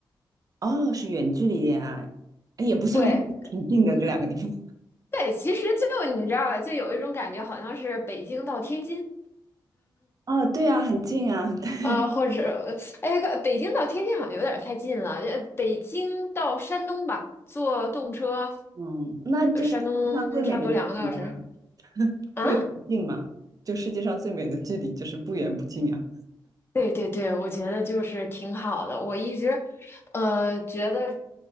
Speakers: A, on the right; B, on the left.
A: 哦，是远距离恋爱，哎也不算
B: <laughs> 对，
A: <laughs> 远距离，挺近的这两个地方。
B: 对，其实就你知道吧，就有一种感觉，好像是北京到天津，
A: 哦，对啊，很近啊，对，
B: 啊，或者，哎，北京到天津好像有点太近了，呃北京到山东吧，坐动车，
A: 嗯，那就是世界上最美的距离啊。
B: 呃山东差不多两个多小时。啊。
A: 不远不近嘛，就世界上最美的距离就是不远不近呀。
B: 对对对，我觉得就是挺好的。我一直，呃，觉得